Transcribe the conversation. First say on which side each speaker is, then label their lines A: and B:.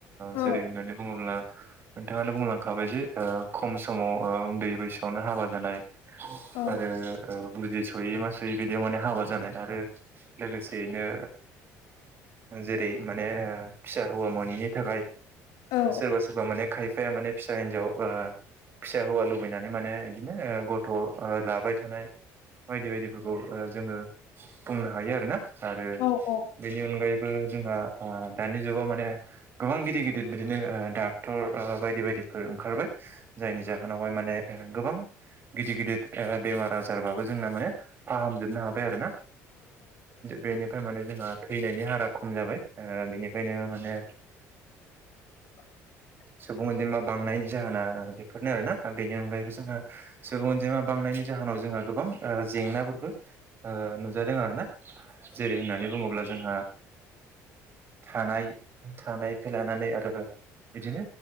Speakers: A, on the left; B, on the right.
A: औ
B: जेरै होननानै बुंङोब्ला नोंथांङानो बुंलांखाबाय जे खम समाव उन्दै बैसोआवनो हाबा जानाय
A: औ
B: आरो बुजि सोयै मा सोयै बिदियाव माने हाबा जानाय आरो लोगोसेयैनो जेरै माने फिसा हौवा मैनि थाखाय सोरबा
A: औ
B: सोरबा माने खायफाया माने फिसा हिनजाव फिसा हौवााल माने बिदिनो गथ' लाबाय थानाय बायदि बायदि जोंङो बुंनो हायो आरोना आरो
A: औ औ
B: बेनि अनगायै जोंहा दानि जुगाव माने गोबां गिदिर गिदिर बिदिनो डाक्टर बायदि बायदि ओंखारबाय जायनि जाहोनाव गोबां गिदिर गिदिर बेमार आजारबाबो जोंना माने फाहामजोबनो हाबाय आरो ना बेनिफ्राय माने जोंहा थैनायनि हारा खम जाबाय बेनिफ्रायनो माने
A: <inaudible>
B: सुबुं अनजिमा बांनायनि जाहोना बेफोरनो आरोना बेनि अनगायैबो जोंहा सुबुं अनजिमा बांनायनि जाहोनाव जोंहा गोबां जेंनाफोरबो नुजादों आरोना जेरै होननानै बुंङोब्ला जोंहा थानाय थानायनिफ्राय लानानै आरो बिदिनो